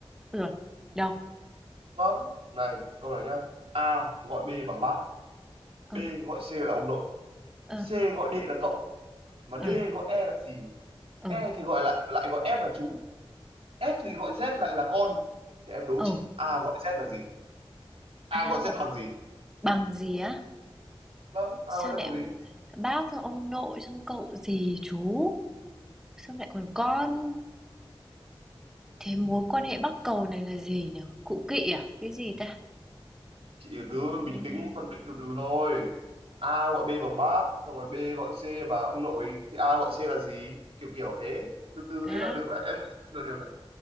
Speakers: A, in the centre; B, on the right (about 85°).
A: Rồi. Đâu?
B: vâng này câu này nhá A gọi B bằng bác
A: Ờ.
B: B gọi C là ông nội
A: Ờ.
B: C gọi D là cậu mà
A: Ờ.
B: D gọi E là gì
A: Ờ.
B: E thì gọi lại lại gọi F là chú F thì gọi Z lại là con thì em đố
A: Ờ.
B: chị A gọi Z là gì
A: À
B: A gọi Z
A: gọi
B: bằng gì
A: bằng gì á?
B: vâng A
A: Sao
B: gọi Z
A: lại
B: bằng gì
A: bác, xong ông nội, xong cậu dì chú, xong lại còn con. Thế mối quan hệ bắc cầu này là gì nhỉ? Cụ kỵ à? Cái gì ta?
B: chị
A: Ừm,
B: cứ bình tĩnh phân tích từ từ thôi A gọi B bằng bác xong rồi B gọi C bằng ông nội thì A gọi C là gì kiểu kiểu thế từ từ
A: bác.
B: thế là được đấy em nghĩ là rất là được đấy